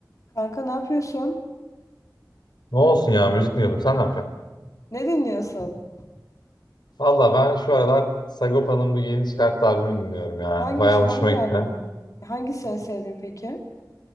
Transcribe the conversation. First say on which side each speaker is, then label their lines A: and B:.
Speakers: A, on the left; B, on the left.
A: Kanka ne yapıyorsun?
B: Ne olsun ya müzik dinliyordum. Sen ne yapıyorsun?
A: Ne dinliyorsun?
B: Valla ben şu aralar Sagopa'nın bu yeni çıkarttığı albümünü dinliyorum ya.
A: Hangi
B: Bayağı
A: hangi
B: hoşuma gitti.
A: albümü? Hangisini sevdin peki?